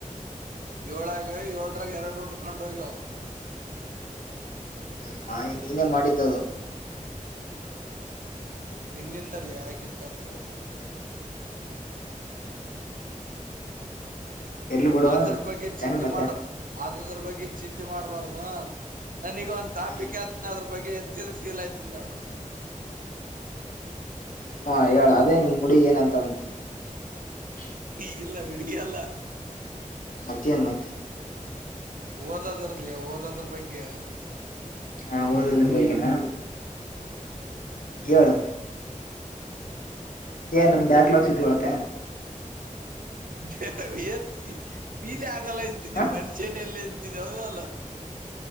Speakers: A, on the right; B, on the left.
A: ಏಳ ಆಗ್ಯಾವ ಏಳರಾಗ ಎರಡ ಉಂಡಕೊಂಡೋಗ್ಯಾವ.
B: ಹ್ಮು ಮಾಯಿ ನೀನೇ ಮಾಡಿದ್ದದು.
A: ನಿನ್ನಿಂದಲೇ ಆಗಿದ್ದ ಅದು.
B: ಎರ್ಲಿ ಬಿಡು
A: ಅದರ ಬಗ್ಗೆ
B: ಮತ್ತೆ
A: ಚಿಂತಿ
B: ಹೆಂಗ್ ಮತ್ತೆ
A: ಮಾಡ. ಅದದ್ರ ಬಗ್ಗೆ ಚಿಂತಿ ಮಾಡ್ಬಾರ್ದ. ನನೀಗ ಒಂದು ಟಾಪಿಕ್
B: ಹ್ಮ್
A: ಹತ್ತ್ ಆದ್ರೂ ಬಗ್ಗೆ ಎತ್ತಿದ್ರ ಫೀಲ್ ಆಯ್ತಿದ್ ನೋಡ್.
B: ಹ್ಮು ಹೇಳ ಅದೇ ನಿಮ್ ಗುಡ ಏನಂತಾನ್ ಅಂತ್ ಹೇ
A: ಈ ಇಲ್ಲ ವಿಡ್ಗಿ ಅಲ್ಲ.
B: ಮತ್ತೆನ್ ಮತ್ತೆ.
A: ಓದೋದ್ ಇರ್ಲಿ ಓದೋದ್ರ ಬಗ್ಗೆ
B: ಹಾ ಓದೋದ್ರ ಬಗ್ಗೆನಾ.
A: ಹ್ಮ್
B: ಹೇಳ್ ಏನಮ್ ಬ್ಯಾಕ್ಲಾಗ್ಸ್ ಇದ್ದು <unintelligible>
A: <unintelligible> <unintelligible>
B: ಹ
A: ಮನುಷ್ಯನಲ್ಲ ತ್ತಿದೆ ಹೌದೋ ಅಲ್ಲೋ.